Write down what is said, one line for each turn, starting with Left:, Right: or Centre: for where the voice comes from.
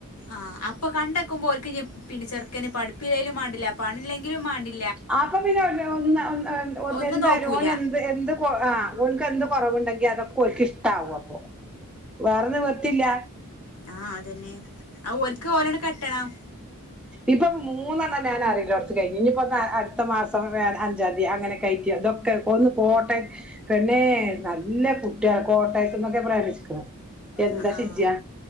Left: ആഹ് അപ്പൊ കണ്ടേക്കുമ്പോ ഓര്ക്കിനി പിന്നെ ചെറുക്കന് പഠിപ്പില്ലെലും മേണ്ടില്ല പണി ഇല്ലേലും മേണ്ടില
Centre: ആപ്പോ പിന്നെ <unintelligible>
Left: ഒന്നും
Centre: എന്തായാലും
Left: നോക്കൂല
Centre: ഓന് എന്ത് എന്ത് കൊ ആഹ് ഓന്ക്ക് എന്ത് കുറവുണ്ടെങ്കി അതൊക്കെ ഓല്ക്ക് ഇഷ്ടാവും അപ്പോ വേറെ നിവർത്തിയില്ല
Left: ആഹ് അതന്നെ ഓൽക്ക് ഓലന്നെ കെട്ടണം
Centre: ഇപ്പോ മൂന്നെണ്ണം ഞാൻ അറിയിന്നോടത്തു കഴിഞ്ഞു ഇനിയിപ്പോ അടുത്ത മാസം അഞ്ചാം തീയാ അങ്ങനെ കഴിക്കും അങ്ങനൊക്ക്യാട്ട് ഇതൊക്കെ ഒന്ന് പോട്ടെ പെണേ നല്ല കുട്ട്യേള് കോട്ടയത്ത്ന്നൊക്കെ പ്രമിച്ചേക്കണ് എന്താ
Left: ആ ആ
Centre: ചെയ്യ